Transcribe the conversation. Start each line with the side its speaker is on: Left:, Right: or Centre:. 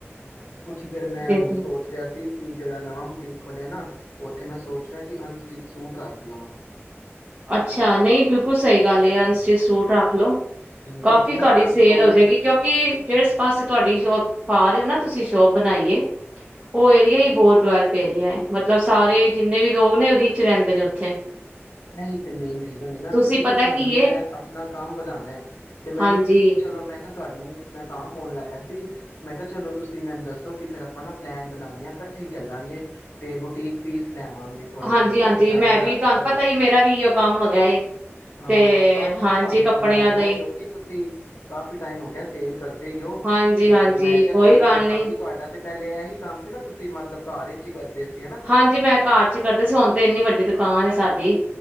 Left: ਹਾਂ ਕੁਛ ਫਿਰ ਮੈਂ
Right: ਦੇਖੋ
Left: ਹੁਣ ਸੋਚ ਰਿਹਾ ਸੀ ਕਿ ਜਿਹੜਾ ਨਵਾਂ ਬੁਟੀਕ ਖੋਲਿਆ ਨਾ ਉੱਥੇ ਮੈਂ ਸੋਚ ਰਿਆਂ ਕਿ ਅਨਸਟਿਚ ਸੂਟ ਰੱਖ ਲਵਾਂ।
Right: ਅੱਛਾ ਨਈ ਬਿਲਕੁਲ ਸਈ ਗੱਲ ਏ, ਅਨ ਤੁਸੀ ਸੂਟ ਰੱਖ ਲੋ।
Left: ਕਿਉਂਕਿ
Right: ਕਾਫੀ
Left: ਨਾ
Right: ਤੁਆਡੀ
Left: ਅੱਜ
Right: ਸੇਲ
Left: ਕੱਲ
Right: ਹੋ ਜੇਗੀ ਕਿਉਂਕਿ ਜੇਸ ਪਾਸੇ ਤੁਆਡੀ ਸ਼ੋਪ ਪਾ ਰਹੇ ਔ ਨਾ ਤੁਸੀਂ ਚੋਪ ਬਣਾਈਏ
Left: ਹਾਂ ਹਾਂ
Right: ਔ ਇਹਦੀਆਂ ਈ ਬੋਰ ਟੁਵੈਲ ਪੇਰੀ ਆਇਐ। ਮਤਲਬ ਸਾਰੇ
Left: ਹਾਂ
Right: ਜਿੰਨੇ ਵੀ ਲੋਗ ਨੇ ਵਿੱਚ ਰਹਿੰਦੇ ਨੇ ਉੱਥੇ।
Left: ਐਈ ਤੇ ਮੇਨ ਰਿਜ਼ ਜਾਂਦੇ ਨਾ
Right: ਤੁਸੀਂ
Left: ਕਿਉਂਕਿ
Right: ਪਤਾ
Left: ਦੇਖੋ ਹੁਣ
Right: ਕੀ
Left: ਮੈਂ
Right: ਏ
Left: ਆਪਣਾ ਕੰਮ ਵਧਾਨੈ ਤੇ ਮੈਨੂੰ
Right: ਹਾਂਜੀ,
Left: ਸੀ ਕਿ ਚਲੋ ਮੈਂ ਨਾ ਤੁਆਨੂੰ ਮੈਂ ਤਾਂ ਫੋਨ ਲਾਇਆ ਸੀ ਮੈਂ ਕਿਹਾ ਚਲੋ ਤੁਸੀਂ ਮੈਨੂੰ ਦੱਸੋ ਕਿ ਫੇਰ ਆਪਾਂ ਨਾ ਪਲੈਨ ਬਣਾਣੇ ਆਂ ਕੱਠੇ ਈ ਚੱਲਾਂਗੇ ਤੇ ਬੁਟੀਕ ਪੀਸ ਲੈਵਾਂਗੇ ਥੋੜੇ
Right: ਹਾਂਜੀ,
Left: ਬਹੁਤ ਨਾ
Right: ਹਾਂਜੀ
Left: ਡਿਜ਼ਾਇਨਰ
Right: ਮੈਂ ਵੀ
Left: ਆਰਟੀਕਲ
Right: ਤੁਹਾਨੂੰ ਪਤਾ ਹੀ ਮੇਰਾ ਵੀ ਇਓ ਕੰਮ ਹੈਗਾ ਏ।
Left: ਹਾਂ
Right: ਤੇ
Left: ਵਾਹੀਂ
Right: ਹਾਂਜੀ
Left: ਮੈਂ ਤੁਆਨੂੰ
Right: ਕੱਪੜਿਆਂ
Left: ਫੋਨ ਲਾਇਐ ਨਾ
Right: ਦਾ ਹੀ
Left: ਕਿਉਂਕਿ ਤੁਸੀਂ ਕਾਫ਼ੀ ਟਾਈਮ ਹੋ ਗਿਆ ਸੇਲ ਕਰਦੇ ਈ ਔ
Right: ਹਾਂਜੀ,
Left: ਤੇ
Right: ਹਾਂਜੀ
Left: ਮੈਂ ਕਿਹਾ
Right: ਕੋਈ
Left: ਚਲੋ
Right: ਗੱਲ
Left: ਤੁਆਨੂੰ ਬਾਕੀ
Right: ਨੀ
Left: ਤੁਆਡਾ ਤੇ ਪਹਿਲੇ ਇਹੀ ਕੰਮ ਸੀ ਨਾ ਤੁਸ ਸੀ ਮਤਲਬ ਘਾਰ ਇੱਚ ਈ ਕਰਦੇ ਸੀ। ਹਨਾ
Right: ਹਾਂਜੀ ਮੈਂ ਘਾਰ ਚ ਕਰਦੀ ਸੀ ਹੁਣ ਤੇ ਇੰਨੀ ਵੱਡੀ ਦ ਕਾਨ ਏ ਸਾਡੀ।